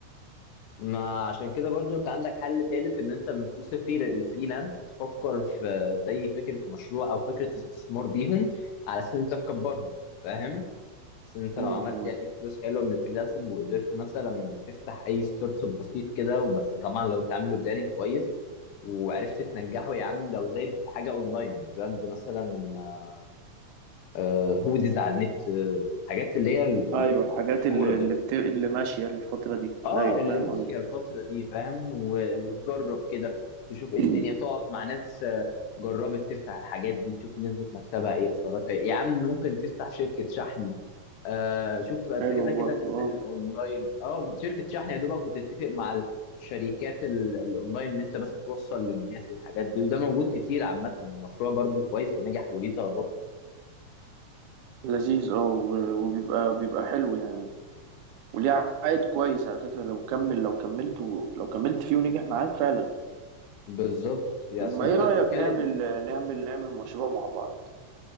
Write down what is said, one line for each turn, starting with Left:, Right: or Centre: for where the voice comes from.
Left: ما عشان كده برضو انت عندك حل تالت ان انت من فلوس الفري- الفريلانس تفكر في زي فكرة مشروع او فكرة استثمار بيهم على اساس ان انت تكبرهم فاهم بس انت
Right: مم.
Left: لو عملت يعني فلوس حلوة من الفريلانسنج وقدرت مثلا تفتح اي ستارت اب بسيط كده وبس طبعا لو انت عامله بلاننج كويس وعرفت تنجحه يا عم لو زي في حاجة اونلاين براند مثلا آه، آه، هوديز على النت آه، حاجات اللي هي ال- ال-
Right: ايوه
Left: ال-
Right: الحاجات
Left: المشهورة
Right: اللي
Left: دي
Right: اللي, بت... اللي ماشيه الفتره دي
Left: اه
Right: ايوه
Left: اللي
Right: فاهم
Left: ماشيه
Right: قصدي
Left: الفتره دي فاهم و... وتجرب كده تشوف ايه
Right: <clears throat>
Left: الدنيا تقعد مع ناس آه، جربت تفتح الحاجات دي تشوف نسبه مكسبها ايه خسارتها ايه يا عم ممكن تفتح شركه شحن آه شوف انت
Right: حلو
Left: كده كده
Right: برضه
Left: الناس
Right: اه
Left: اللي الاونلاين اه شركه شحن يا دوبك وتتفق مع الشركات ال- الاونلاين ان انت بس توصل للناس والحاجات دي وده موجود كتير عامه المشروع برضو كويس ونجح وليه طلباته
Right: لذيذ اه و- وبيبقى بيبقى حلو يعني وليه عائد كويس على فكره لو كمل لو كملت و... لو كملت فيه ونجح معاك فعلا
Left: بالظبط يعني
Right: طب
Left: اصل
Right: ما
Left: انت
Right: ايه رايك
Left: بتتكلم
Right: نعمل نعمل نعمل مشروع مع بعض